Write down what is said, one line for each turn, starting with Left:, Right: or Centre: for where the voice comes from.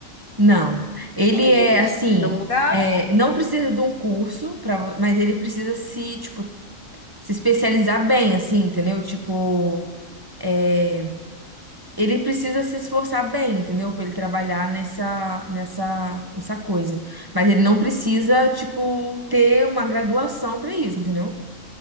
Right: não. Ele
Left: É
Right: é
Left: De,
Right: assim,
Left: de- algum lugar?
Right: é, não precisa de um curso, pra, mas ele precisa se, tipo, se especializar bem, assim, entendeu? Tipo, é, ele precisa se esforçar bem, entendeu? Pra ele trabalhar nessa, nessa, nessa coisa. Mas ele não precisa, tipo, ter uma graduação pra isso, entendeu?